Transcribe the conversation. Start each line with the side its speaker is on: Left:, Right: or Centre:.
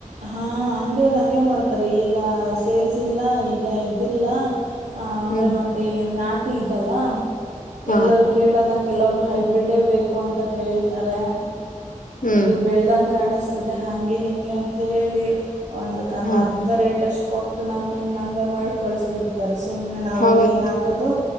Right: ಹಾಂ ಅಂಗಡಿಯರು ಹಂಗೆ ಮಾಡ್ತಾರೆ. ಈಗ ಸೇಲ್ಸ್ ಇಲ್ಲ, ಈಗ ಇದಿಲ್ಲ ಅ ಅಂದ್ರೆ
Left: ಹ್ಮ್
Right: ಮತ್ತೆ ಈ ನಾಟಿ ದಲ್ಲ <unintelligible>
Left: ಹಾ
Right: ಎಲ್ಲರೂ ಕೇಳಲ್ಲ, ಕೆಲವೊಬ್ರು ಹೈಬ್ರಿಡ್ಡೆ ಬೇಕು ಅಂತ ಕೇಳ್ತಾರೆ.
Left: ಹ್ಮ್
Right: ಇದು ಬೆಳದಂಗ್ <unintelligible> ಕಾಣಿಸ್ತದೆ, ಹಾಂಗೆ ಹೀಂಗೆ ಅಂತ <unintelligible> ಹೇಳಿ ಒಂದಕ್ಕೆಂದು
Left: ಹಾ
Right: ಅರ್ಧ ರೇಟಷ್ಟು ಕೊಟ್ಟು ನಮನ ಹಂಗ ಮಾಡಿ ಕಳಸ್ಬಿಡ್ತಾರೆ ಸುಮ್ಮ್ನೆ ನಾವಲ್ಲಿ
Left: ಹೌದ್
Right: ನೀರು ಹಾಕೋದು